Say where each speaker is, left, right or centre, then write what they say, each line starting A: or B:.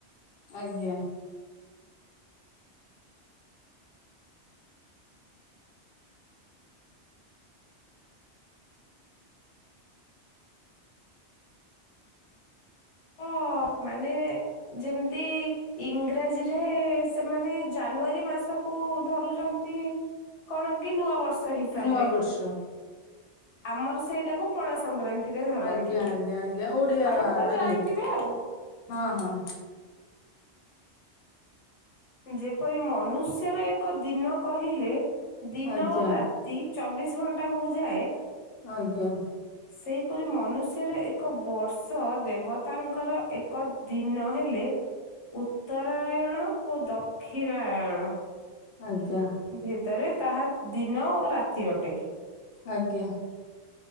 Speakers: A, on the left; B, on the left.
A: ଆଜ୍ଞା।
B: ହ ମାନେ ଯେମତି ଇଂରାଜୀରେ ସେମାନେ ଜାନୁଆରୀ ମାସକୁ ଧରୁଛନ୍ତି କଣ କି ନୂଆ ବର୍ଷ ହିସାବରେ
A: ନୂଆ ବର୍ଷ
B: ଆମର ସେଇଟାକୁ ପଣାସଂକ୍ରାନ୍ତିରେ ଧରନ୍ତି
A: ଆଜ୍ଞା ଆଜ୍ଞା ଆଜ୍ଞା ଓଡିଆ
B: ଆପଣ ତ ଜାଣି
A: ଇଏରେ
B: ଥିବେ ଆଉ।
A: ହଁ ହଁ।
B: ଯେପରି ମନୁଷ୍ୟରେ ଏକ ଦିନ କହିଲେ ଦିନ
A: ଆଜ୍ଞା
B: ଓ ରାତି ଚବିଶ ଘଣ୍ଟାକୁ ବୁଝାଏ।
A: ଆଜ୍ଞା।
B: ସେଇପରି ମନୁଷ୍ୟରେ ଏକ ବର୍ଷ ଦେବତାଙ୍କର ଏକ ଦିନ ହେଲେ ଉତ୍ତରାୟଣ ଓ ଦକ୍ଷିଣାୟଣ
A: ଆଜ୍ଞା।
B: ଭେଦରେ ତାହା ଦିନ ଓ ରାତି ଅଟେ।
A: ଆଜ୍ଞା।